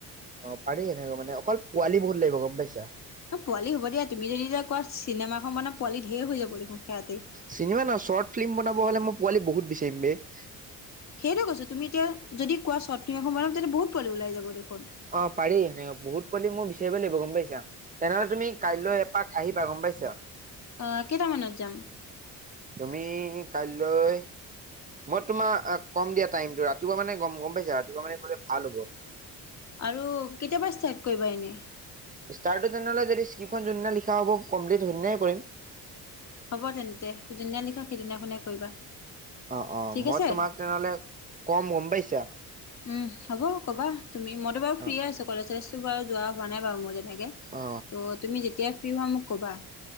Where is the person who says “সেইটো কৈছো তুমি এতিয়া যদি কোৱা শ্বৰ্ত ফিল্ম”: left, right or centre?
Left